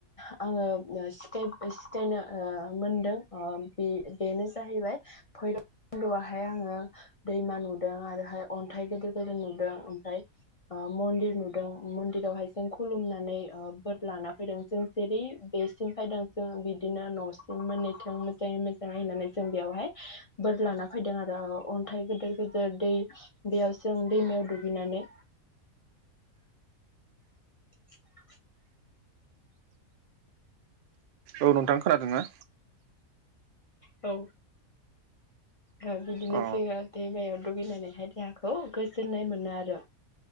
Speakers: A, on the left; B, on the right.
A: ओम आङो सिखा-सिखायनो ओ मोनदों ओ बे-बेनो जाहैबाय भैरबखुन्दहाय आङो दैमा नुदों आरोहाय अन्थाइ गोदिर गोदिर नुदों ओमफ्राय ओ मन्दिर नुदों मन्दिरावहाय जों खुलुमनानै ओ बोर लाना फैदों जों जेरै बेसिम फैदों जों बिदिनो न'सिम मोनहैथों मोजाङै मोजाङै होननानै जों बेयावहाय बोर लाना फैदों आरो ओ अन्थाइ गोदिर गोदिर, दै बेयाव जों दैमायाव दुगैनानै <inaudible>
B: औ नोंथां खोनादोंना?
A: औ ओ बिदिनो
B: अ
A: जोङो दैमायाव दुगैनानैहाय देहाखौ गोजोननाय मोनो आरो।